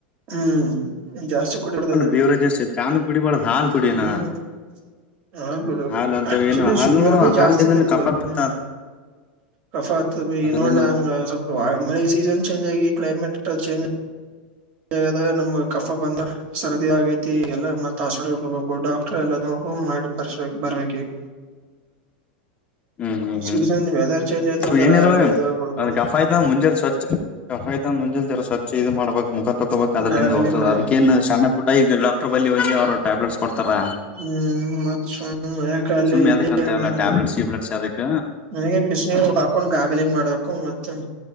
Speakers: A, on the right; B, on the left.
A: ಹ್ಮ್ ಜಾಸ್ತಿ ಕುಡಿಬ್ಯಾಡ್ದ ಅದ್ ಬೀ
B: ಬೇವರೇಜಸ್ ಚಾನು ಕುಡಿಬಾರ್ದು ಹಾಲು ಕುಡಿಯನ
A: ಹ್ಮ್. ಹಾ ಬಿಡು
B: ಹಾಲು ಅಂತ
A: ಆಕ್ಚುಲಿ
B: ಏನು ಹಾಲ್ನು
A: ಶುಗರ್ ಬೀ
B: ಹಾಲ್ದಿಂದನು
A: ಜಾಸ್ತಿ ತಿನಬ್ಯಾಡ್ದ
B: ಕಫ ಬಿತ್ತ
A: ಹ್ಮ್. ಕಫಾ ಆತ್ದ್ ಬೈ.
B: ಅದ್ರಲಿಂದ
A: ಈಗ್ ನೋಡ ನಾ ಸಪ್ ಸೀಜನ್ ಚೇಂಜ ಆಗಿ ಕ್ಲೈಮೇಟ್ ಚೇಂಜ, ಆದಗ ನಮ್ಗ್ ಕಫ ಬಂದ್ರ. ಸರ್ದಿ ಆಗೈತಿ ಎಲ್ಲಾ ಮತ್ ಹಾಸ್ಪಿಟಲ್ ಹೋಬೇಕು ಡಾಕ್ಟ್ರ ಎಲ್ಲ ನೋ ಮಾಡಿ <unintelligible> ಬರ್ಬೇಕ್ ಈಗ.
B: ಹ್ಮ್ ಹ್ಮ್
A: ಸೀಸನ್ ವೆದರ್ ಚೇಂಜ್ ಆಯ್ತ
B: ಹ್ಮ್
A: ಅಂದ್ರ
B: ಏನ್ ಇಲ್ಲ
A: ಎಲ್ಲ
B: ಬೈ
A: ಇದಾಗ್ಬಿಡ್ತಾವ್
B: ಕಫ ಆಯ್ತ ಮುಂಜೆಲಿ ಸ್ವಚ್ಛ ಕಫಾ ಆಯ್ತ್ ಮುಂಜಲಿ ಜರ ಸ್ವಚ್ಛ ಇದು ಮಾಡ್ಬೇಕು. ಮುಖ ತೊಕೋಬೇಕ್ ಅದ್ರಂಲಿಂದ್
A: ಗಾಗ್ಲಿಂಗ್
B: ಹೋಗ್ತದ. ಅದಕ್ಕೇನ್ ಸಣ್ಣ ಪುಟ್ಟ ಈ ಡಾಕ್ಟರ್ ಬಲ್ಲಿ ಹೋಗಿ ಅವ್ರರು, ಟ್ಯಾಬ್ಲೆಟ್ಸ್ ಕೊಡ್ತಾರ
A: ಹ್ಮ್ ಮತ್ ಸುಮ್ ಯಾಕ ಅಲ್ಲಿ
B: ಸುಮ
A: ಇಲ್ಲಿ
B: ಎದಕ್ಕ ಅಂತವ
A: ಮನೆಗೆ
B: ಟ್ಯಾಬ್ಲೆಟ್ಸ್ಲೆ ಗಿಬ್ಲೆಟ್ ಕ.
A: ನನಗೆ ಬಿಸನೀರ್ ಹಾಕೊಂಡ್ ಗಾಗ್ಲಿಂಗ್ ಮಾಡ್ಬೇಕು ಮತ್ತನ್